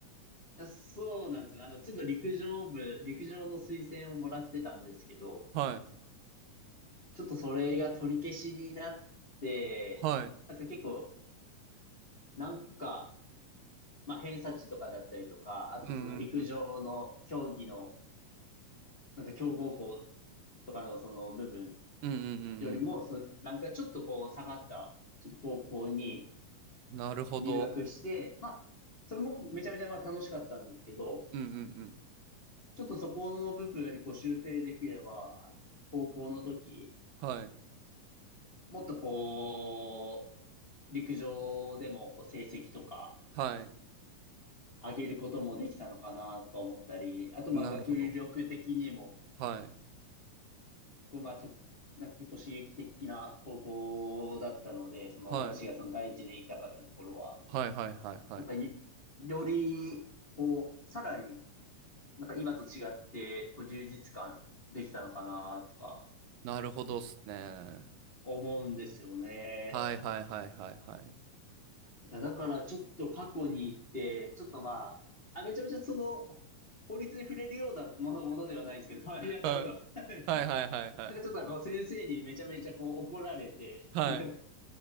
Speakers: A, on the left; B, on the right.
A: いやそうなんですよ。あの、ちょっと陸上部、陸上の推薦をもらってたんですけど、
B: はい、
A: ちょっとそれが取り消しになって、
B: はい。
A: なんか結構何個か、まあ、偏差値とかだったりとか、あとその陸上の競技の、
B: うん、うん、うん、
A: なんか強豪校とかのその部分
B: うん、うん、
A: よりも、
B: うん
A: そのランクがちょっとこう下がった、ちょっと高校に、
B: うん。なるほど。
A: 入学して、まあ、それもめちゃめちゃまあ楽しかったんですけど、
B: うん、うん、うん。
A: ちょっとそこの部分こう修正できれば、あの、高校の時、
B: はい、
A: もっとこう、陸上でもこう成績とか
B: はい。
A: 上げることもできたのかなとか思ったり、あとまあ学力的にも、
B: なるほど。はい、
A: こうまあと、なんか結構刺激的な高校だったので、その私がその第一で行きたかったところは、
B: はい、はい、はい、はい、はい。
A: なんかいより、こう、さらになんか今と違って、こう充実感できたのかなとか
B: なるほどっすね。
A: 思うんですよね。
B: はいはいはいはいはい。
A: いや、だからちょっと過去に行って、ちょっとまあ、あ、めちゃめちゃその、法律に触れるようなもの、ものではないんですけど、<laughs> やったことは。
B: は
A: <laughs>
B: い。はいはいはいはい。
A: なんかちょっとこう先生にめちゃめちゃこう怒られて、
B: はい。
A: <laughs>